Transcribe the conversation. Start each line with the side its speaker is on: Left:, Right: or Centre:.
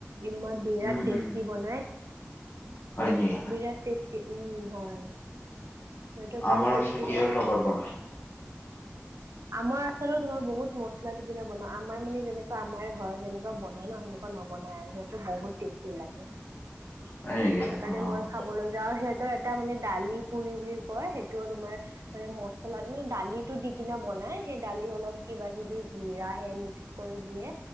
Right: ইমান বিৰাট
Left: উম,
Right: টেষ্টি
Left: উম।
Right: বনাই
Left: হয় নেকি?
Right: বিৰাট টেষ্টি উম হয়। সিহঁতে বহুত
Left: আমাৰ
Right: টেষ্টি
Left: ওচৰত কিহৰ লগত বনাই
Right: আমৰ আচলতে তোমাৰ বহুত মছলা দিকেনে বনাও আমাৰ মানে যেনেকোৱা আমাৰ ঘৰত যেনেকোৱা বনাই ন'সেনেক অ, নবনাই সেইটো বহুত টেষ্টি লাগে।
Left: হয় নেকি
Right: সেইকাৰণে
Left: অ',
Right: মই খাবলৈ যাওঁ সিহঁতৰ এটা মানে দালি পুৰি বুলি কয় সেইটোও তোমাৰ মানে মচলা মানে দালিটো দি কিনে বনাই সেই দালিত অলপ কিবা -কিবি জিৰা সে মিক্স কৰি দিয়ে